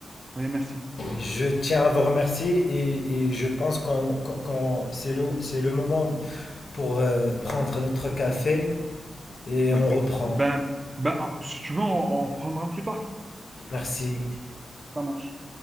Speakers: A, on the right; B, on the left.
A: Oui, merci.
B: Je tiens à vous remercier et, et je pense qu'on, qu'on- qu'on- c'est le, c'est le moment pour euh, prendre notre café et
A: Oui.
B: on reprend.
A: Ben, ben, si tu veux, on, on reprendra plus tard.
B: Merci.
A: Ça marche.